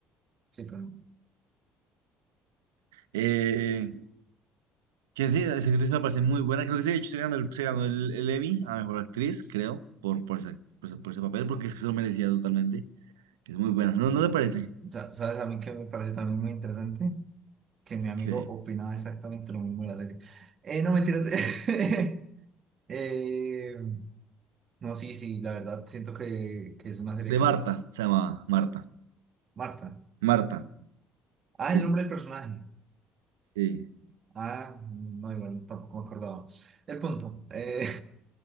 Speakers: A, on the right; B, on the right.
A: Sí, pero...
B: Eh, Que sí, esa actriz me parece muy buena. Creo que sí, de hecho, se ganó el, se ganó el, el Emmy a mejor actriz, creo, por, por ese, por ese, por ese papel, porque es que se lo merecía totalmente. Es muy buena. ¿No,
A: eh,
B: no le parece?
A: sa- ¿Sabes a mí que me parece también muy interesante? Que mi amigo
B: Que...
A: opinaba exactamente lo mismo de la serie. Eh, no, mentiras. <laughs> Eh, no, sí, sí, la verdad, siento que, que es una serie
B: De
A: que...
B: Marta, se llamaba Marta.
A: Marta.
B: Marta,
A: Ah,
B: sí,
A: el nombre del personaje.
B: sí.
A: Ah, no, igual, tampoco me acordaba. El punto. eh,